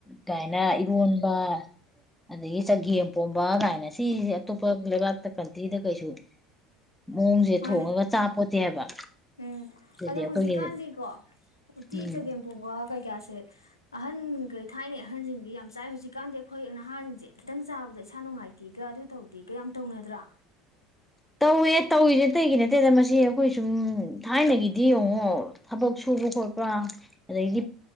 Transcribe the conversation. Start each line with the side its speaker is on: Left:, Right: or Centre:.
Centre: ꯀꯥꯏꯅ ꯏꯔꯣꯟꯕ ꯑꯗꯒꯤ ꯆꯥꯒꯦꯝ ꯄꯣꯝꯕ ꯀꯥꯏꯅ ꯁꯤꯁꯦ ꯑꯇꯣꯞꯄ ꯂꯩꯕꯥꯛꯇ ꯀꯟꯇ꯭ꯔꯤꯗ ꯀꯩꯁꯨ ꯃꯑꯣꯡꯁꯦ
Left: ꯃꯥꯅꯦ
Centre: ꯊꯣꯡꯉꯒ ꯆꯥꯄꯣꯠꯇꯦ ꯍꯥꯏꯕ
Left: ꯎꯝ
Centre: ꯑꯗꯨꯗꯤ
Left: ꯑꯗꯣ
Centre: ꯑꯩꯈꯣꯏꯒꯤ
Left: ꯍꯧꯖꯤꯛꯀꯥꯟꯗꯤꯀꯣ ꯎꯇꯤ
Centre: ꯎꯝ
Left: ꯆꯥꯒꯦꯝ ꯄꯣꯝꯕ ꯀꯩꯀꯥꯁꯦ ꯑꯍꯟꯒꯩ ꯊꯥꯏꯅꯩ ꯑꯍꯟꯁꯤꯡꯁꯤ ꯌꯥꯝ ꯆꯥꯏ ꯍꯧꯖꯤꯛꯀꯥꯟꯗꯤ ꯑꯩꯈꯣꯏ ꯅꯍꯥꯁꯤꯡꯁꯦ ꯈꯤꯇꯪ ꯆꯥꯕꯗ ꯏꯁꯥ ꯅꯨꯡꯉꯥꯏꯇꯦꯒ ꯑꯗꯨ ꯇꯧꯗꯦꯒ ꯌꯥꯝ ꯇꯧꯅꯗ꯭ꯔ
Centre: ꯇꯧꯋꯦ ꯇꯧꯏꯁꯦ ꯑꯇꯩꯒꯤ ꯅꯠꯇꯦꯗ ꯃꯁꯤ ꯑꯩꯈꯣꯏ ꯁꯨꯝ ꯊꯥꯏꯅꯒꯤꯗꯤ ꯌꯦꯡꯉꯣ ꯊꯕꯛ ꯁꯨꯕ ꯈꯣꯠꯄ ꯑꯗꯩꯗꯤ